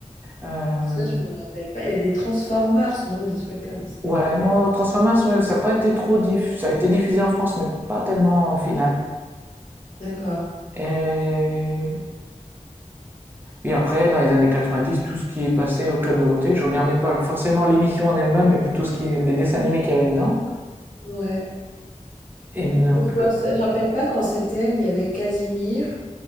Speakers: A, on the right (about 15°); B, on the left (about 80°).
A: Euh,
B: Ça, je me rappelle pas et des Transformers, non? Des trucs comme s
A: ouais, non, Transformers, ouais, ça a pas été trop diff... ça a été diffusé en France, mais pas tellement au final.
B: d'accord.
A: Et... et après, dans les années 90, tout ce qui est passé au Club Dorothée, je regardais pas forcément l'émission en elle-même, mais plutôt ce qui est... les dessins animés qu'il y avait dedans.
B: Ouais.
A: Et donc,
B: Moi, je me
A: euh,
B: s rappelle pas quand c'était, mais il y avait Casimir.